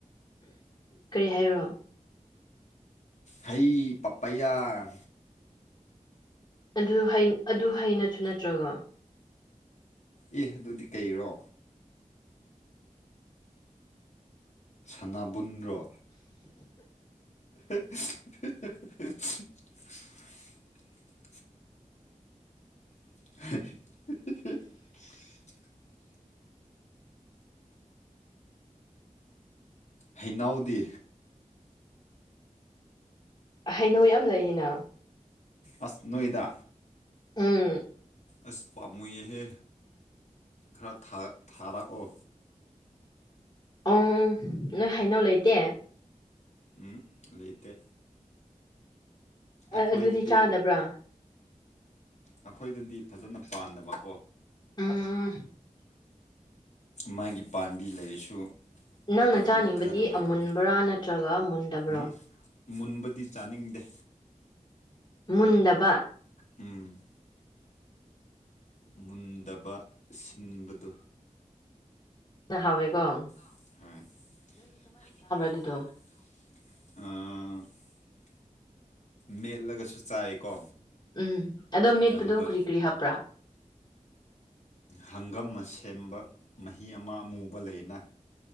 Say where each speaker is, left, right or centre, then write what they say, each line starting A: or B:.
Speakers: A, on the left; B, on the left.
A: ꯀꯔꯤ ꯍꯥꯏꯔꯣ
B: ꯍ ꯄꯄꯌꯥ
A: ꯑꯗꯨ ꯑꯗꯨ ꯍꯩꯅꯁꯨ ꯅꯠꯇ꯭ꯔꯒꯣ
B: ꯑꯦ ꯑꯗꯨꯗꯤ ꯀꯩꯔꯣ ꯁꯅꯥꯕꯨꯟꯔꯣ <inaudible> <unintelligible> ꯍꯩꯅꯎꯗꯤ
A: ꯍꯩꯅꯧ ꯌꯥꯝ ꯂꯩꯔꯤꯅ
B: ꯑꯁꯅꯣꯏꯗ
A: ꯎꯝ
B: ꯑꯁ ꯄꯥꯝꯃꯨꯑꯍꯦ ꯈꯔ ꯊꯥꯔꯛꯑꯣ
A: ꯑꯪ ꯅꯣꯏ ꯍꯥꯏꯩꯅꯧ ꯂꯩꯇꯦ
B: ꯎꯝ ꯑꯗꯨꯗꯩꯇ ꯑꯩꯈꯣꯏꯗꯗꯤ
A: ꯑꯗꯨꯗꯤ ꯆꯥꯗꯕ꯭ꯔꯥ
B: ꯑꯩꯈꯣꯏꯗꯗꯤ ꯐꯖꯅ ꯄꯥꯟꯗꯕ
A: ꯑꯥ
B: ꯃꯥꯒꯤ ꯄꯥꯝꯕꯤ ꯂꯩꯔꯁꯨ
A: ꯅꯪꯅ
B: ꯄꯥꯟꯕ
A: ꯆꯥꯅꯤꯡꯕꯗꯤ
B: ꯈꯔ ꯅꯨꯡꯉꯥꯏꯇꯕꯅꯤ
A: ꯑꯃꯨꯟꯕ꯭ꯔꯥ ꯅꯠꯇ꯭ꯔꯒ ꯃꯨꯟꯗꯕ꯭ꯔꯣ
B: ꯎꯝ ꯃꯨꯟꯕꯗꯤ ꯆꯥꯅꯤꯡꯗꯦ
A: ꯃꯨꯟꯗꯕ
B: ꯎꯝ ꯃꯨꯟꯗꯕ ꯁꯤꯟꯕꯗꯨ
A: ꯍꯋꯦꯋꯤꯀꫭ
B: <unintelligible>
A: ꯑꯗꯨꯗꯣ
B: ꯃꯦꯠꯂꯒꯁꯨ ꯆꯥꯏꯀꯣ
A: ꯎꯝ ꯑꯗꯣ ꯃꯦꯠꯄꯨꯗ
B: ꯑꯗꯨꯒ
A: ꯀꯔꯤ ꯀꯔꯤ ꯍꯥꯞꯄ꯭ꯔꯥ
B: ꯍꯪꯒꯝ ꯑꯃ ꯁꯦꯝꯕ ꯃꯍꯤ ꯑꯃ ꯑꯃꯨꯕ ꯂꯩꯌꯦꯅ